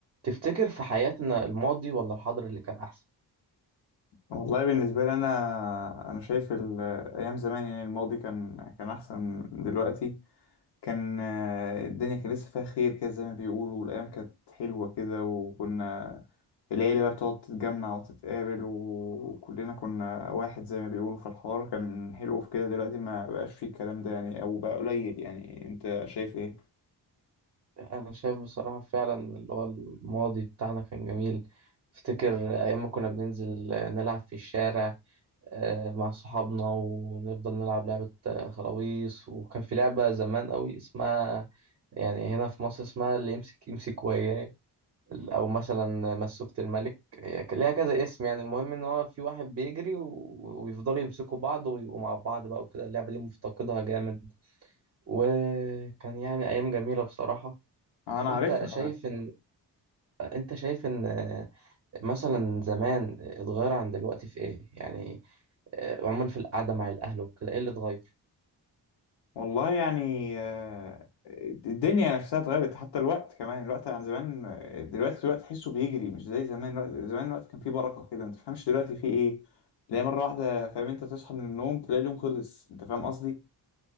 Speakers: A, on the right; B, on the left.
A: تفتكر في حياتنا الماضي ولا الحاضر اللي كان أحسن؟
B: والله بالنسبة لي أنا أنا شايف ال- أيام زمان يعني الماضي كان كان أحسن من دلوقتي كان آه، الدنيا كان لسه فيها خير كده زي ما بيقولوا والأيام كانت حلوة كده وكنا العيلة بقى بتقعد تتجمع وتتقابل وكلنا كنا واحد زي ما بيقولوا في الحوار كان حلو في كده دلوقتي ما بقاش فيه الكلام ده يعني أو بقى قليل يعني أنت شايف إيه؟
A: أنا شايف بصراحة فعلا اللي هو الماضي بتاعنا كان جميل، أفتكر أيام ما كنا بننزل نلعب في الشارع آه، مع صحابنا ونفضل نلعب لعبة آه، خلاويص وكان في لعبة زمان قوي اسمها يعني هنا في مصر اسمها اللي يمسك يمسك وياه أو مثلا مسوكة الملك هي كان ليها كذا اسم يعني المهم إن هو في واحد بيجري و- ويفضلوا يمسكوا بعض ويبقوا مع بعض بقى وكده اللعبة دي مفتقدها جامد وكان يعني أيام جميلة بصراحة
B: أنا
A: أنت
B: عارفها
A: شايف إن أنت شايف إن آه، مثلا زمان اتغير عن دلوقتي في إيه؟ يعني آه، عموما في القعدة مع الأهل وكده إيه اللي اتغير؟
B: والله يعني آه، الدنيا نفسها اتغيرت حتى الوقت كمان الوقت عن زمان آه، دلوقتي الوقت تحسه بيجري مش زي زمان الوقت زمان الوقت كان فيه بركة كده ما تفهمش دلوقتي فيه ايه تلاقي مرة واحدة فاهم انت تصحى من النوم تلاقي اليوم خلص انت فاهم قصدي